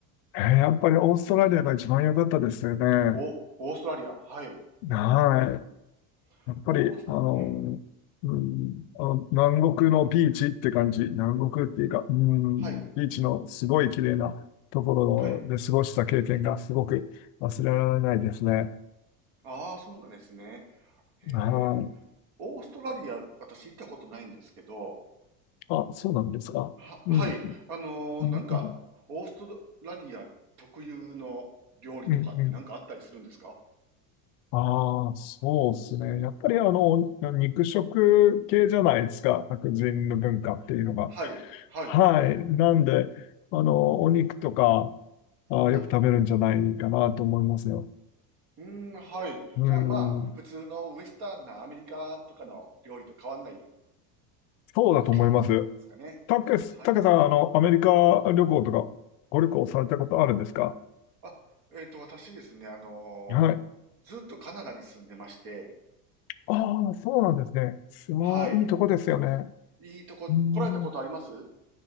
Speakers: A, on the left; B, on the right.
A: えーやっぱりオーストラリアが一番良かったですよね。
B: お、オーストラリア、はい。
A: はい。
B: うん、
A: やっぱり、
B: オース、
A: あの、
B: うん、
A: うん、あの、南国のビーチって感じ。南国っていうか、うん、
B: はい、
A: ビーチのすごい綺麗なところで過ごした経験がすごく忘れられないですね。
B: はい。ああ、そうなんですね。へえ、
A: はい。
B: オーストラリア、私行ったことないんですけど、
A: あ、そうなんですか。
B: は、はい。
A: うん、う
B: あのーなんか、
A: ん、うん、
B: オーストラリア特有の料理とかってなんかあったりするんですか
A: うん。うんああ、そうですね。やっぱりあの、肉食系じゃないですか。白人の文化っていうのが。
B: はい、はい、
A: はい。なんで、あの、お肉とか、あー、
B: はい。
A: よく食べるんじゃないかなと思いますよ。
B: うーん、はい。
A: うん、
B: じゃあまあ、普通のウエスタンなアメリカンとかの料理と変わんない
A: そうだと思います。
B: 感じですかね。
A: たけす、
B: はい。
A: たけさん、あの、アメリカ旅行とか、ご旅行されたことあるんですか
B: あ、えっと、私ですね、あのーずっとカナダに住んでまして、
A: はい。ああ、そうなんですね。そういいとこですよね。
B: はい。いいとこ、
A: うん。
B: 来られたことあります